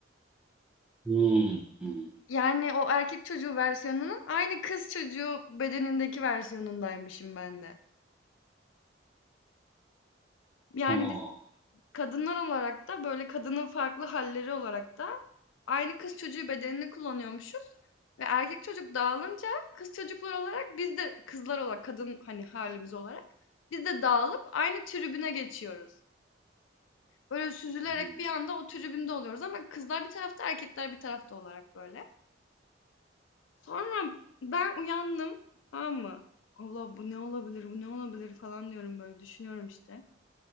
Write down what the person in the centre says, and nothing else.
Hmm. hmm.
Oo.
Hmm.